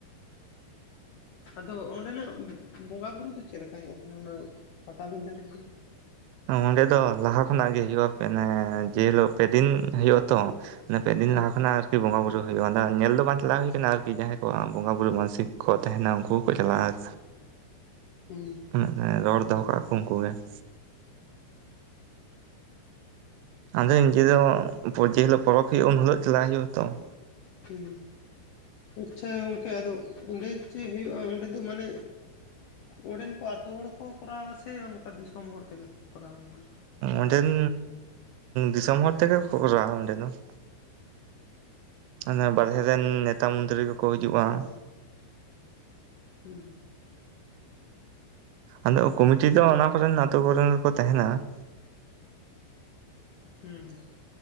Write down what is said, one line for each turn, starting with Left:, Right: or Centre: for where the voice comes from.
Left: ᱟᱫᱚ ᱚᱸᱰᱮᱱᱟᱜ ᱵᱚᱸᱜᱟ ᱵᱩᱨᱩ ᱫᱚ ᱪᱮᱫ ᱞᱮᱠᱟ ᱦᱩᱭᱩᱜ ᱱᱟᱦᱟᱸᱜ ᱚᱱᱟ ᱯᱟᱴᱟᱵᱤᱸᱫᱟᱹ ᱨᱮ ᱫᱚ?
Right: ᱚᱸᱰᱮ ᱫᱚ ᱞᱟᱦᱟ ᱠᱷᱚᱱᱟᱜ ᱜᱮ ᱦᱩᱭᱩᱜᱼᱟ ᱯᱮᱱᱮ, ᱡᱮ ᱦᱤᱞᱳᱜ ᱯᱮ ᱫᱤᱱ ᱦᱩᱭᱩᱜ-ᱟ ᱛᱚ ᱾ ᱚᱱᱟ ᱯᱮ ᱫᱤᱱ
Left: ᱦᱩᱸ
Right: ᱞᱟᱦᱟ ᱠᱷᱚᱱᱟᱜ ᱟᱨ ᱠᱤ ᱵᱚᱸᱜᱟ ᱵᱩᱨᱩ ᱦᱩᱭᱩᱜᱼᱟ ᱧᱮᱞ ᱫᱚ ᱵᱟᱝ ᱪᱟᱞᱟᱣ ᱦᱩᱭ ᱟᱠᱟᱱᱟ ᱟᱨᱠᱤ ᱡᱟᱦᱟᱸᱭ ᱠᱚ ᱵᱚᱸᱜᱟ ᱵᱩᱨᱩ ᱢᱟᱱᱥᱤᱠ ᱠᱚ ᱛᱟᱦᱮᱱᱟ ᱩᱱᱠᱩ ᱦᱚᱸᱠᱚ ᱪᱟᱞᱟᱜᱼᱟ ᱟᱨ
Left: ᱦᱩᱸ ᱾
Right: <unintelligible> ᱨᱚᱲ ᱫᱚᱦᱚ ᱠᱟᱜ-ᱟ ᱠᱚ ᱩᱱᱠᱩ ᱜᱮ ᱾ ᱟᱫᱚ ᱱᱤᱡᱮ ᱫᱚ ᱯᱚ... ᱡᱮ ᱦᱤᱞᱚᱜ ᱯᱚᱨᱚᱵᱽ ᱦᱩᱭᱩᱜᱼᱟ ᱩᱱ ᱦᱤᱞᱚᱜ ᱪᱟᱞᱟᱜ ᱦᱩᱭᱩᱜᱼᱟ ᱛᱚ ᱾
Left: ᱦᱮᱸ, ᱟᱪᱪᱷᱟ ᱜᱚᱝᱠᱮ ᱾ ᱟᱫᱚ ᱚᱸᱰᱮ ᱪᱮᱫ ᱦᱩᱭᱩᱜᱼᱟ ᱚᱸᱰᱮ ᱫᱚ ᱢᱟᱱᱮ? ᱚᱸᱰᱮᱱ ᱠᱚ ᱟᱹᱛᱩ ᱦᱚᱲ ᱠᱚ ᱠᱚᱨᱟᱣᱟ ᱥᱮ ᱚᱱᱠᱟ ᱫᱤᱥᱚᱢ ᱦᱚᱲ ᱛᱮᱜᱮ ᱠᱚ ᱠᱚᱨᱟᱣᱟ ᱢᱟ?
Right: ᱚᱸᱰᱮᱱ ᱫᱤᱥᱚᱢ ᱦᱚᱲ ᱛᱮᱜᱮ ᱠᱚᱨᱟᱣᱟ ᱚᱸᱰᱮ ᱫᱚ ᱾ ᱚᱱᱮ ᱵᱟᱨᱦᱮ ᱨᱮᱱ ᱱᱮᱛᱟ ᱢᱱᱛᱨᱤ ᱠᱚᱠᱚ ᱦᱤᱡᱩᱜᱼᱟ ᱾
Left: ᱦᱩᱸ
Right: ᱟᱫᱚ ᱠᱚᱢᱤᱴᱤ ᱫᱚ ᱚᱱᱟ ᱠᱚᱨᱮᱱ ᱟ. ᱛᱩ ᱠᱚᱨᱮᱱ ᱜᱮᱠᱚ ᱛᱟᱦᱮᱱᱟ ᱾
Left: ᱦᱩᱸ ᱦᱩᱸ ᱾